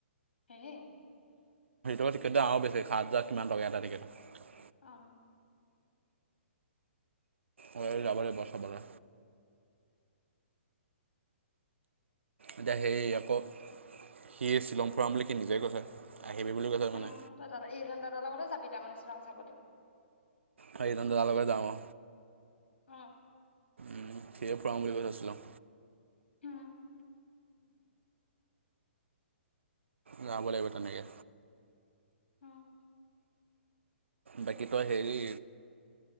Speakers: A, on the left (about 65°); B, on the right (about 75°).
A: হে এ।
B: আকৌ সেইটো আৰু বেছি, সাত হাজাৰ কিমান টকীয়া এটা টিকেটত।
A: অ।
B: ঐ যাব লাগিব চাবলে। এতিয়া হেই আকৌ সি শ্বিলং ফুৰাম বুলি সি নিজে কৈছে। আহিবি বুলি কৈছে মানে
A: উম তই দাদা এইজন দাদাৰ লগতে যাবি তাৰমানে শ্বিলং চাবলে?
B: অ এইজন দাদালগতে যাওঁ অ।
A: অ
B: উম, সিয়ে ফুৰাম বুলি কৈছে শ্বিলং।
A: উম
B: যাব লাগিব তেনেকে।
A: উম
B: বাকী তই হেৰি